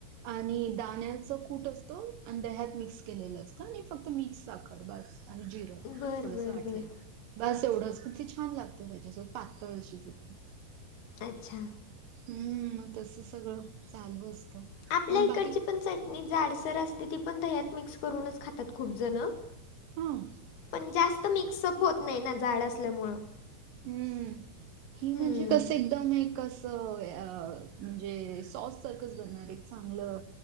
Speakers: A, on the right (about 70°); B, on the left (about 75°).
A: आणि दाण्या तो कूट असतो आणि दह्यात मिक्स केलेलं असतं आणि फक्त मीठ साखर बास आणि जिरं
B: बरं,
A: थोडस
B: बरं,
A: वाटलेल.
B: बरं.
A: बास एवढंच पण ती छान लागत त्याच्यासोबत पातळ अशी चटणी
B: अच्छा
A: हूं म तस सगळं चालू असतं.
B: आपल्या
A: पण
B: इकडची
A: बाकी
B: पण चटणी जाडसर असते ती पण दह्यात मिक्स करूनच खातात खूप जण
A: हां.
B: पण जास्त मिक्सअप होत नायं ना जाड असल्यामुळ
A: हम्म ही
B: हम्म.
A: म्हणजे कस एक कदम एक कंसं म्हणजे सॉस सारखच बनणार एक चांगलं